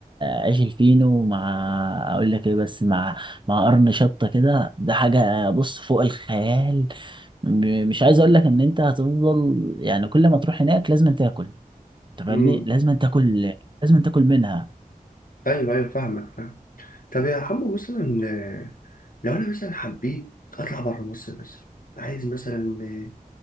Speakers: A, on the right; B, on the left.
A: عيش الفينو مع اقول لك ايه بس مع مع قرن شطة كده ده حاجة بص فوق الخيال م- مش عايز اقول لك ان انت هتفضل يعني كل ما تروح هناك لازم تاكل انت
B: امم
A: فاهمني لازم تاكل لازم تاكل منها
B: ايوه ايوه فاهمك فاهم طب يا حمو مثلا آه، لو انا مثلا حبيت اطلع بره مصر مثلا عايز مثلا آه،